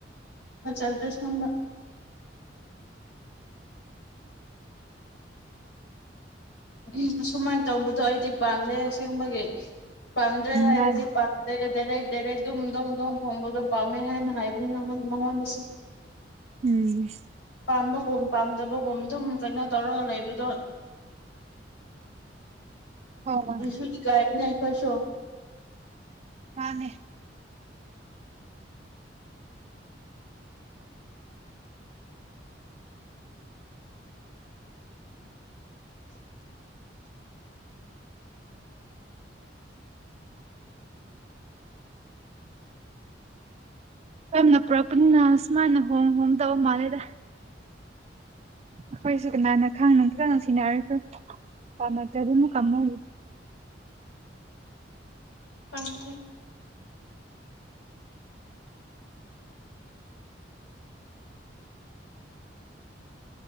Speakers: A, on the left; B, on the right.
A: ꯆꯠꯗ ꯁꯝꯅ <unintelligible> ꯎ ꯑꯁꯨꯃꯥꯏꯅ ꯇꯧꯕꯗꯣ ꯑꯩꯗꯤ ꯄꯥꯝꯗ ꯑꯁꯦꯡꯕꯒꯤ ꯄꯗ꯭ꯔ ꯍꯥꯏꯔꯗꯤ
B: ꯃꯥꯅꯤ
A: ꯄꯗ꯭ꯔꯦ ꯗꯥꯏꯔꯦꯛ ꯗꯥꯏꯔꯦꯛ ꯑꯗꯨꯝꯝꯗꯪꯝꯗꯪ ꯍꯣꯡꯕꯗꯣ ꯄꯥꯝꯃꯦ ꯍꯥꯏꯅ ꯍꯥꯏꯕꯅꯤ ꯅꯉꯣꯟꯗꯁꯨ
B: ꯎꯝ
A: ꯄꯥꯟꯕ ꯒꯨꯝ ꯄꯥꯝꯗꯕꯒꯨꯝ ꯑꯗꯨꯝ ꯀꯩꯅꯣ ꯇꯧꯔꯒ ꯂꯩꯕꯗꯣ
B: ꯍꯣꯏ ꯍꯣꯏ
A: ꯏꯁꯨ ꯏꯀꯥꯏꯕꯅꯦ ꯈꯣꯏꯁꯨ
B: ꯃꯥꯟꯅꯦ ꯌꯥꯝꯅ ꯄꯨꯔꯛꯄꯅꯤꯅ ꯁꯨꯃꯥꯏꯅ ꯍꯣꯡ ꯍꯣꯡꯗꯕ ꯃꯥꯜꯂꯦꯗ ꯑꯩꯈꯣꯏꯁꯨ ꯀꯅꯥꯅ ꯈꯪ ꯈꯤꯇꯪ ꯅꯨꯡꯁꯤꯅꯔꯁꯨ ꯄꯥꯝꯃꯛꯇ ꯑꯗꯨꯅ ꯀꯃ ꯑꯣꯏ
A: ꯑ <unintelligible>